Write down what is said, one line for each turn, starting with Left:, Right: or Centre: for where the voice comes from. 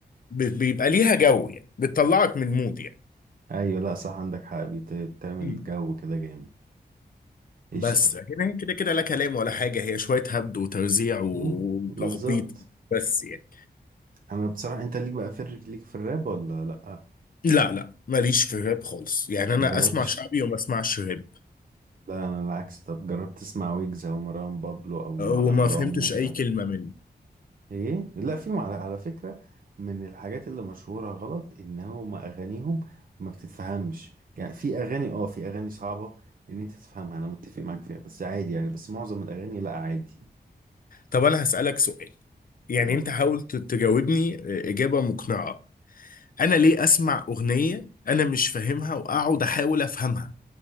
Left: بيبقى ليها جو يعني بتطلعك من مود
Right: ايوه لا صح عندك حق بت- بتعمل
Left: يعني
Right: جو كده جامد قشطة
Left: بس لكن هي كده كده لا كلام ولا حاجة هي شوية هبد وتوزيع وتخبيط
Right: مم، بالظبط
Left: بس يعني
Right: انا بصراحه انت ليك بقى في الر- ليك في الراب ولا لا
Left: لا لا ماليش في الراب خالص يعني
Right: ما
Left: أنا
Right: مم. جربتش
Left: أسمع شعبي وما أسمعش راب
Right: لا انا العكس طب جربت تسمع ويجز او مروان بابلو او ما-
Left: وما
Right: مروان
Left: فهمتش
Right: موسى
Left: أي كلمة منه
Right: ايه لا فيهم على, على فكره من الحاجات اللي مشهوره غلط ان هم اغانيهم ما بتتفهمش يعني في اغاني اه في اغاني صعبه ان انت تفهمها انا متفق معاك فيها بس عادي يعني بس معظم الاغاني لا عادي
Left: طب أنا هسألك سؤال يعني
Right: قول
Left: أنت حاول ت- تجاوبني إجابة مقنعة أنا ليه أسمع أغنية أنا مش فاهمها وأقعد أحاول أفهمها